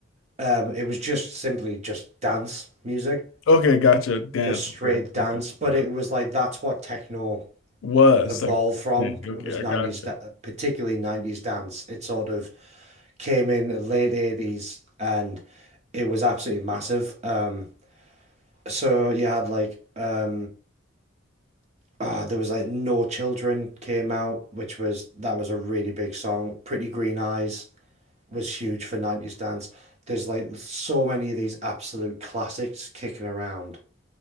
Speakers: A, on the right (about 30°); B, on the left (about 70°).
A: Um, it was just simply just dance music,
B: Okay, gotcha. Dance.
A: just straight
B: Okay, okay,
A: dance.
B: okay.
A: But
B: okay.
A: it
B: okay.
A: was like that's what techno
B: Was
A: evolved
B: like
A: from
B: dance. Okay,
A: was
B: I
A: 90s,
B: gotcha.
A: da- particularly 90s dance. It sort of came in the late 80s and it was absolutely massive. Um, so you had like, uh, ah, there was like No Children came out, which was, that was a really big song. Pretty Green Eyes was huge for 90s dance. There's like so many of these absolute classics kicking around.